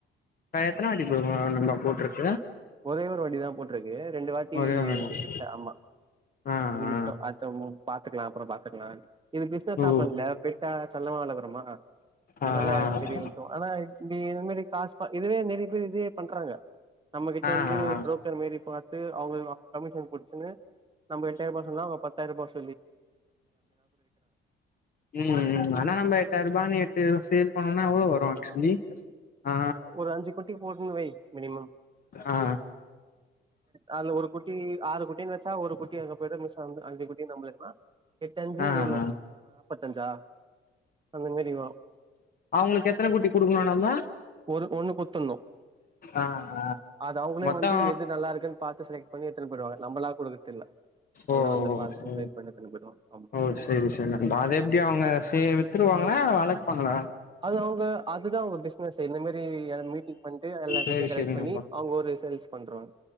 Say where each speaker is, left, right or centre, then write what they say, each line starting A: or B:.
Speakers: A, on the left; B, on the right.
A: அ எத்தன வாட்டி ப்ரோ நம்ம போட்ருக் கிரா
B: ஒரேவொரு வாட்டி தா போட்ருக்கு ரெண்டு வாட்டி
A: ஒரே ஒரு வாட்டி
B: விட்ல ஆமா
A: ஆ
B: அது
A: ஆ
B: விட்டோ அத்தம்மம் பாத்துக்லா அப்ற பாத்துக்லான் இது பிஸ்னஸா
A: ஓ
B: பண்ல பெட்டா செல்லமா வளக்குறோமா அதுனால
A: ஆ ஆ
B: செரி விட்டோ ஆனா இப் இங்க இது மாரி காசு பா இதுவே நெறைய பேர் இதுவே பண்றாங்க கிட்ட
A: ஆ
B: இருந்து
A: ஆ
B: ப்ரோக்கர் மாரி ரி பாத்து அவ்ங்க அவ கமிஷன் புட்ச்சுன்னு நம்ப எட்டாயிர்ருபா சொன்னா அவ்ங்க பத்தாயர்ருபா சொ
A: உம் உம் ஆனா நம்ப எட்டாயர்ரூபானு எட்த்து இதுவு சேல் பண்ணோனா எவ்வளோ வரு ஆக்சுவலி ஆ
B: ஒரு அஞ்சு குட்டி போட்னு வை மினிமம்
A: ஆ
B: அதுல ஒரு குட்டி ஆறு குட்டின் வச்சா ஒரு குட்டி ட்டி அங்க போய்தா மிஸ் அங்க அங்கை கூட்டி நம்பளுக்தா எட்டஞ்சு
A: ஆ
B: எவ்ளோ
A: ஆ
B: நாப்பத்தஞ்சா அந்த மாரி வரு
A: அவங்களுக்கு எத்தன குட்டி குடுக்கணு நம்ம
B: ஒரு ஒன்னு குட்த்துன்னு
A: ஆ ஆ
B: அது அவ்ங்களே
A: மொத்தோ
B: வந்து எது நல்லா இருக்குன் பாத்து செலக்ட் பண்ணி எட்த்துன்னு போயிடுவாங்க நம்மளா குடுக்கற்தில் அவள
A: ஓ
B: வந்து பாத்து
A: சரி
B: செலக்ட் பண்ணி எட்த்துன்னு போய்டுவா
A: ஓ செரி சொல் அப்டின் நா அத எப்டி அவ்ங்க சே வித்துருவ விப்பாங்களா வளர்பாங்களா
B: அது அவ்ங்க அதுதா அவ்ங்க பிஸ்னஸே இந்த மாரி அங் மீட்டிங் பண்ட்டு எல்லா
A: சேரி
B: குட்டியையு கலெக்ட்
A: சேரி நண்பா
B: பண்ணி அவ்ங்க ஒரு சேல்ஸ் பண்றோ ஒரு